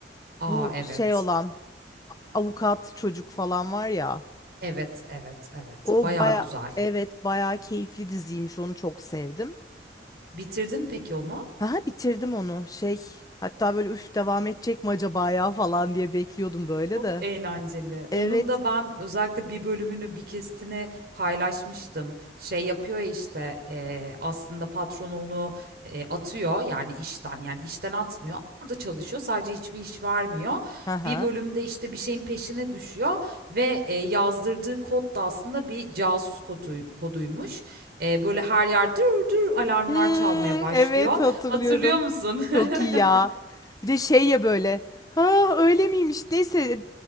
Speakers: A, on the right; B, on the left.
A: Aa
B: Bu
A: evet.
B: şey olan avukat çocuk falan var ya.
A: Evet, evet, evet.
B: O
A: Bayağı
B: baya
A: güzel.
B: evet bayağı keyifli diziymiş. Onu çok sevdim.
A: Bitirdin peki onu?
B: Ha bitirdim onu. Şey hatta böyle üf devam edecek mi acaba ya falan diye bekliyordum böyle
A: Çok
B: de.
A: eğlenceli.
B: Evet.
A: Onun da ben özellikle bir bölümünü bir kesitini paylaşmıştım. Şey yapıyor ya işte eee, aslında patronu onu eee, atıyor yani işten yani işten atmıyor. Orada çalışıyor sadece hiçbir iş vermiyor.
B: Aha.
A: Bir bölümde işte bir şeyin peşine düşüyor ve eee, yazdırdığı kod da aslında bir casus kodu, koduymuş. Eee, böyle her yer dur dur alarmlar
B: Hmm,
A: çalmaya başlıyor.
B: evet hatırlıyorum.
A: Hatırlıyor musun? <laughs>
B: Çok iyi ya. Bir de şey ya böyle. Ha öyle miymiş? Neyse